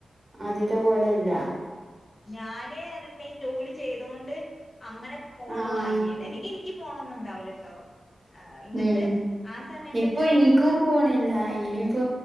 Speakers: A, on the right; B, on the left.
A: ആദ്യത്തെ പോലെല്ല.
B: ഞാന് റഞ്ഞിട്ട്ണ്ടങ്കി ജോലി ചെയ്തൊണ്ട്. അങ്ങനെ ഫോണ്
A: ആഹ്
B: വാങ്ങിയത് അല്ലെങ്കിൽ എനിക്ക് ഫോണൊന്നും ഇണ്ടാവിലട്ടോ എന്നിട്ട്
A: ഉം
B: ആ സമയത്തൊക്കെ
A: ഇപ്പൊ ഇനിക്കും ഫോണില്ല ഇനിയിപ്പോ